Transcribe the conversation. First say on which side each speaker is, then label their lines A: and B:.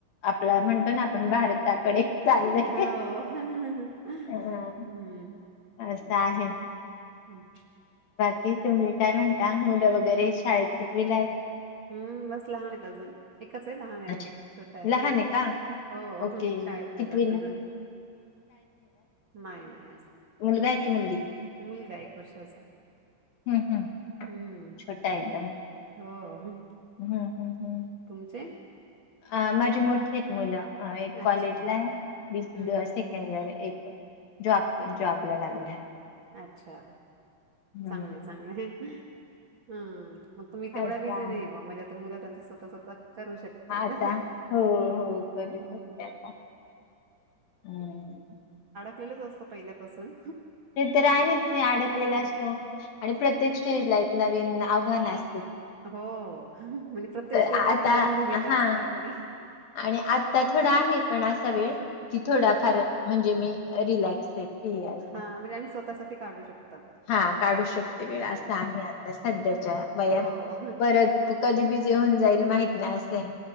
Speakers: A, on the left; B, on the right.
A: आपला पण आपण भारताकडे चाललंय.
B: हो हम्म
A: हा असं आहे
B: हम्
A: की तुम्ही काय म्हणता मुलं वगैरे शाळेत कितवीला आहेत.
B: हम्म बस लहान आहेत अजून एकच आहे लहान आहे अजून
A: अच्छा
B: छोटा आहे
A: लहान का?
B: हो
A: ओके
B: शाळेत नाही
A: कितवीला?
B: जात अजून नाही नाही अजून
A: क म्हणली
B: मुलगा एक वर्षाचा
A: हम्म हम्
B: हम्म
A: छोटा एकदम
B: हो
A: हम् हम् हम्म
B: तुमचे
A: अ माझी मोठी आहेत मुलं अ एक
B: अच्छा
A: कॉलेज ला हाय
B: हम्म हम्म
A: सेकंड इयर एक जॉब जॉबला लागला
B: अच्छा
A: हम्म.
B: चांगले चांगले हम् मग तुम्ही
A: अच्छा.
B: तेवढ्या बिझी नाही बा म्हणजे आता मुलं त्यांच स्वतः स्वतः करू शकतात
A: आ हो हो करू
B: हम्म,
A: शकत हम्
B: असत पहिल्यापासून
A: ते तर आहेच हे अडकलेला
B: हं,
A: असतो आणि प्रत्येक स्टेज ला एक नवीन आव्हान अस
B: हो म्हणजे प्रत्येक स्टेज
A: आता
B: एक नवीन भूमिका
A: हा
B: असते आपली
A: आणि आता थोडा आहे पण आत कसा वेळ? कि थोडाफार
B: हम्म,
A: म्हणजे मी.. रिलॅक्स. फ्री आहे असं.
B: हा म्हणजे आणि स्वतःसाठी.. काढू शको
A: हा काढू शकते वेळ असं आहे आता सध्याच्या वयात
B: हो
A: परत कधी बी जेऊन जाईल माहित नाही असं आहे.